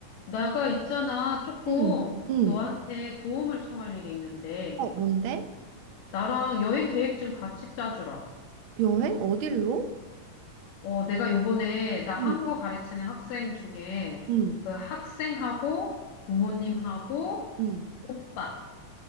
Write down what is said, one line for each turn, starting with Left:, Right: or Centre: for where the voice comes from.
Left: 내가 있잖아, 조금
Right: 응, 응.
Left: 너한테 도움을 청할 일이 있는데,
Right: 어, 뭔데?
Left: 나랑 여행 계획 좀 같이 짜주라.
Right: 여행? 어딜로?
Left: 어, 내가 요번에 나
Right: 응,
Left: 한국어 가르치는 학생 중에
Right: 응,
Left: 그 학생하고 부모님하고
Right: 응,
Left: 오빠가